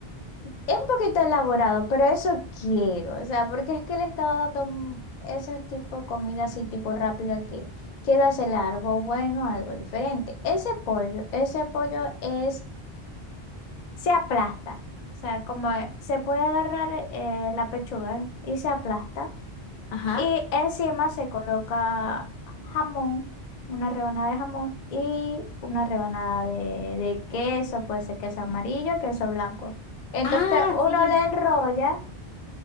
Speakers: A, on the left (about 55°); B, on the left (about 80°).
A: Es un poquito elaborado, pero eso quiero. O sea, porque es que le he estado dando mm, ese tipo de comida así, tipo rápida, que quiero hacerle algo bueno, algo diferente. Ese pollo, ese pollo es, se aplasta. O sea, como eh, se puede agarrar eh, la pechuga y se aplasta.
B: Ajá.
A: Y encima se coloca jamón, una rebanada de jamón y una rebanada de, de queso, puede ser queso amarillo, queso blanco. Entonces
B: Ah,
A: uno
B: sí.
A: le enrolla